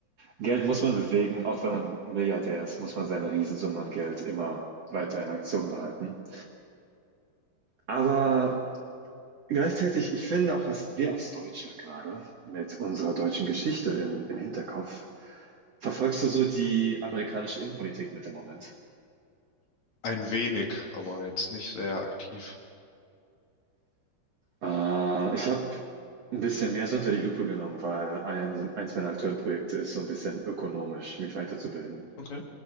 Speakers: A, on the right; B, on the left.
A: Geld muss man bewegen, auch wenn man Milliardär ist, muss man seine Riesensumme an Geld immer weiter in Aktion behalten. Aber gleichzeitig, ich finde auch, dass wir als Deutsche gerade mit unserer deutschen Geschichte im, im Hinterkopf, verfolgst du so die amerikanische Innenpolitik mit dem Moment?
B: Ein wenig, aber jetzt nicht sehr aktiv.
A: Äh, ich habe ein bisschen mehr so unter die Lupe genommen, weil ein eins meiner aktuellen Projekte ist so ein bisschen ökonomisch, mich weiterzubilden.
B: Okay.